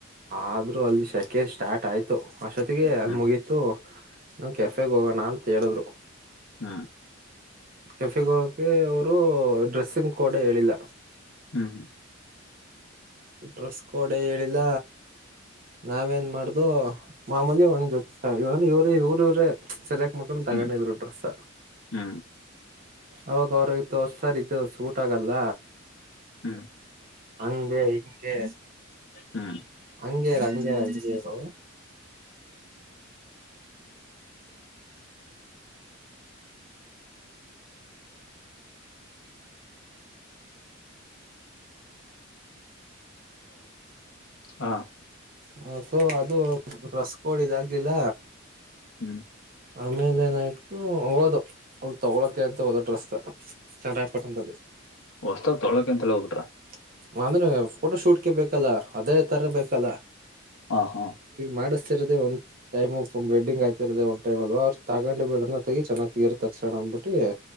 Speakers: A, on the right; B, on the left.
A: ಆದ್ರೂ ಅಲ್ಲಿ ಶೆಕೆ ಸ್ಟಾರ್ಟ ಆಯತು ಅಷ್ಟೊತ್ತಿಗೆ
B: ಹ್ಮ್
A: ಅದ ಮುಗಿತ್ತು ಹ ಕೆಫೆಗ್ ಹೋಗೋಣ ಅಂತ ಹೇಳಿದ್ರು
B: ಹೂ
A: ಕೆಫೆಗೆ ಹೋಗಕೆ ಅವರು ಡ್ರೆಸ್ಸಿಂಗ್ ಕೋಡ್ ಹೇಳಿಲ್ಲ
B: ಹ್ಮ್
A: ಡ್ರೆಸ್ ಕೋಡೆ ಹೇಳಿಲ್ಲ ನಾವೇನ್ ಮಾಡ್ದು ಮಾಮೂಲಿ ಒಂದ್ ಜೋತಿತ ಇವ ಇವ್ರ ಇವರ ಇವರೇ ಸೆಲೆಕ್ <inaudible> ತಗೊಂಡಿದ್ರು
B: ಹ್ಮ್
A: ಡ್ರೆಸ್
B: ಹ್ಮ್
A: ಅವಾಗ ಅವ್ರತ್ತು ಹೊರ್ಸರ್ ಇ ಸೂಟ್ ಆಗಲ್ಲ
B: ಹ್ಮ್ <unintelligible>
A: ಹಂಗೆ ಹಿಂಗೆ
B: ಹ್ಮ್
A: ಅಂಗೆ ಅಂಜೇ ಅಂಜೇರ <unintelligible>
B: ಹಾ
A: ಹ ಸೊ ಅದು ಡ್ರೆಸ್ ಕೋಡ್ ಇದಾಗಗ್ಲಿಲ್ಲ
B: ಹ್ಮ್ <inaudible>
A: ಆಮೇಲೆ ಏನಾಯ್ತು ಹೋದವೂ ತಗೋಳೋಕಂತ ಹೊದವು ಡ್ರೆಸ್ ನ ಚಂದ <unintelligible> ಪಟ್ಟಂತ್ದ <unintelligible>
B: ಹೊಸ್ತಾಗ ತೊಳಕ ಅಂತಲ್ಲ ಹೋಗ್ಬಿಟ್ರ
A: ನಂದ್ರ ಫೋಟೋ ಶೂಟ್ ಹ <unintelligible> ಬೇಕಲ್ಲ <inaudible> ಅದೇ ತರ ಬೇಕಲ್ಲ
B: ಹಾ ಹಾ
A: ಮಾಡಿಸ್ತಿರದೇ ಒಂದ ಟೈಮ್ ವೆಡಿಂಗ ಆಗ್ತಿರೋದೇ ಒಂದುರ ಟೈಮ ಅಲ್ ಅವ್ರ ತಗೊಂಡ ಚೆನ್ನಾಗಿ ತಗಸಣ <unintelligible> ಅಂದ್ಬಿಟ್ಟಿ